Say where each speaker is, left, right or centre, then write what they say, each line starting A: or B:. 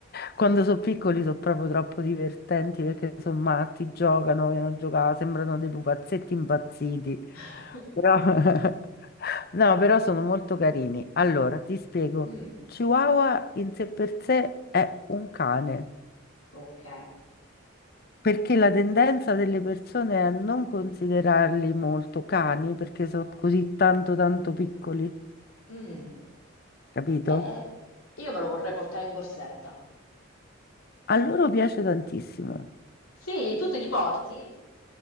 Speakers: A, on the left; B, on the left.
A: Quando sono piccoli sono proprio troppo divertenti perché sono matti, giocano, vogliono giocare, sembrano dei pupazzetti impazziti.
B: <laughs>
A: Però... <laughs> No, però sono molto carini. Allora, ti spiego.
B: Mm,
A: Chihuahua in sé per sé è un cane.
B: ok.
A: Perché la tendenza delle persone è a non considerarli molto cani perché sono così tanto tanto piccoli,
B: Mm.
A: capito?
B: Eh, eh, io me lo vorrei portare in borsetta.
A: A loro piace tantissimo,
B: Sì, tu te li porti?